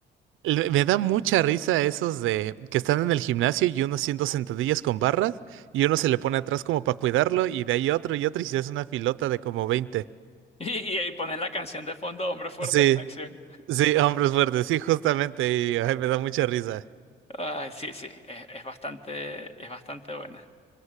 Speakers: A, on the right; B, on the left.
A: Le- Me da mucha risa esos de que están en el gimnasio y uno haciendo sentadillas con barras y uno se le pone atrás como para cuidarlo y de ahí otro y otro y se hace una filota de como veinte
B: Y, y ahí ponen la canción de fondo, Hombres fuertes
A: Sí,
B: en acción.
A: sí, hombres fuertes, sí, justamente, y ay, me da mucha risa.
B: Ay, sí, sí, es, es bastante, es bastante buena.